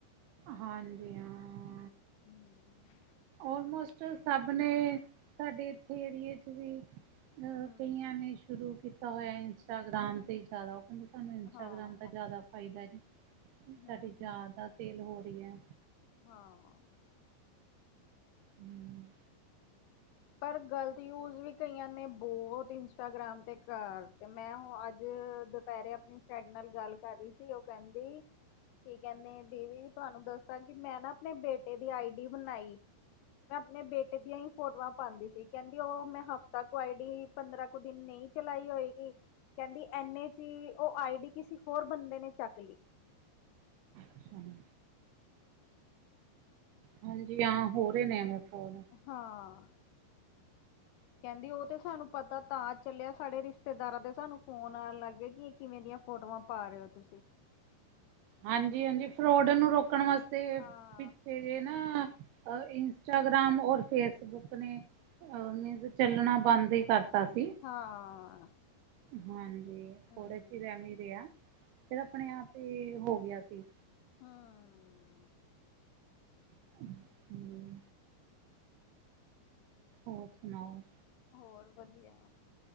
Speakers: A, on the right (about 80°); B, on the left (about 80°).
A: ਹਾਂਜੀ, ਹਾਂ।
B: ਹੁੰ
A: ਓਲਮੋਸਟ ਸਭ ਨੇ ਸਾਡੇ ਏਥੇ ਏਰੀਏ ਚ ਵੀ ਅ
B: ਹਮ
A: ਕਈਆਂ ਨੇ ਸ਼ੁਰੂ ਕੀਤਾ ਹੋਇਆ ਇੰਸਟਾਗ੍ਰਾਮ ਤੇ ਜਆਦਾ ਕੈਦੇ ਸਾਨੂੰ ਇੰਸਟਾਗ੍ਰਾਮ
B: ਹਾਂ
A: ਦਾ ਜਆਦਾ ਫਾਇਦਾ ਐ ਜੀ ਸਾਡੀ
B: ਹਮ
A: ਜਆਦਾ
B: ਹਮ
A: ਸੇਲ ਹੋ ਰੀ ਐ।
B: ਹਾਂ
A: ਹੁੰ
B: ਪਰ ਗਲਤ ਯੂਜ ਵੀ ਕਈਆਂ ਨੇ ਬੌਤ ਇੰਸਟਾਗ੍ਰਾਮ ਤੇ ਕਰ ਤੇ ਮੈਂ ਹੁੰ ਅੱਜ ਦੁਪੇਰੇ ਆਪਨੀ ਤਾਡੇ ਨਾਲ ਗੱਲ ਕਰ ਰਈ ਸੀ ਓ ਕੈਂਦੀ ਕੀ ਕੈਨੇ ਨੇ ਦੀਦੀ ਤੁਆਨੂੰ ਦੱਸਾਂ ਕਿ ਮੈ ਨਾ ਆਪਨੇ ਬੇਟੇ ਦੀ ਆਈ ਡੀ ਬਣਾਈ। ਮੈ ਆਪਨੇ ਬੇਟੇ ਦੀਆਂ ਈ ਫੋਟਵਾ ਪਾਂਦੀ ਸੀ ਕੈਂਦੀ ਓ ਮੈਂ ਹਫਤਾ ਕੁ ਆਈ ਡੀ ਪੰਦਰਾਂ ਕੁ ਦਿਨ ਨਈ ਚਲਾਈ ਹੋਏਗੀ ਕੈਂਦੀ ਐਨੇ ਚੀ ਓ ਆਈ ਡੀ ਕਿਸੀ ਹੋਰ ਬੰਦੇ ਨੇ ਚੱਕ ਲੀ।
A: ਅੱਛਾ ਜੀ। ਹਾਂਜੀ, ਹਾਂ ਹੋ ਰੇ ਨੇ ਐਵੇਂ ਫੋਨ।
B: ਹਾਂ। ਕੈਂਦੀ ਓ ਤੇ ਸਾਨੂੰ ਪਤਾ ਤਾਂ ਚੱਲਿਆ ਸਾਡੇ ਰਿਸ਼ਤੇਦਾਰਾਂ ਦੇ ਸਾਨੂੰ ਫੋਨ ਆਣ ਲੱਗ ਗੇ ਕਿ ਕਿਵੇਂ ਦੀਆਂ ਫੋਟਵਾ ਪਾ ਰੇ ਓ ਤੁਸੀ?
A: ਹਾਂਜੀ- ਹਾਂਜੀ ਫਰੋਡ ਨੂ ਰੋਕਣ ਵਾਸਤੇ
B: ਹਾਂ
A: ਪਿੱਛੇ ਤੇ ਨਾ ਅ ਇੰਸਟਾਗ੍ਰਾਮ ਔਰ ਫੇਸਬੁੱਕ ਨੇ ਅ ਚੱਲਣਾ ਬੰਦ ਈ ਕਰ ਤਾ ਸੀ।
B: ਹਾਂ।
A: ਹਾਂਜੀ,
B: ਹੂੰ
A: ਥੋੜੇ ਚਿਰ ਐਂਵੀ ਰਿਆ ਫੇਰ ਆਪਣੇ ਆਪ ਈ ਹੋ ਗਿਆ ਸੀ।
B: ਹਾਂ
A: <inaudible> ਹੋਰ ਸੁਨਾਓ?
B: ਹੋਰ ਵਧੀਆ